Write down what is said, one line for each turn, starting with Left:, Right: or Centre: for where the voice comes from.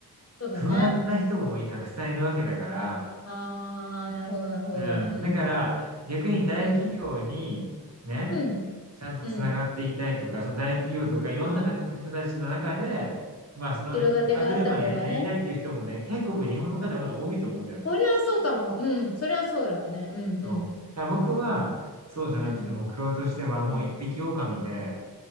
Left: そうだね。
Right: 不安な人もたくさんいるわけだから、
Left: ああ、なるほど、なるほど。
Right: うん。
Left: うん。
Right: だから、逆に大企業に、
Left: うん。
Right: ね、
Left: うん。
Right: ちゃんとつながっていたいとか、
Left: うん。
Right: その大企業とかいろんな人たちの中で、
Left: ああ、
Right: まあその歯車になりたいっていう人もね、
Left: 後ろ盾があった方がね。
Right: 結構僕日本の方まだ多いと思うんだよね。
Left: それはそうかも。うん。それはそうだよね。うん、
Right: そう。
Left: うん。
Right: だから僕はそうじゃなくて目標としてはもう一匹狼で、
Left: うん。うん。